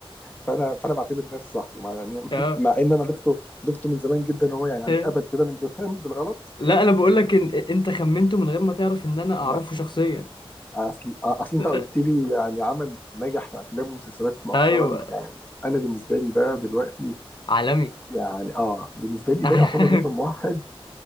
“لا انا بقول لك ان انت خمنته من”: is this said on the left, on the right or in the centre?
Left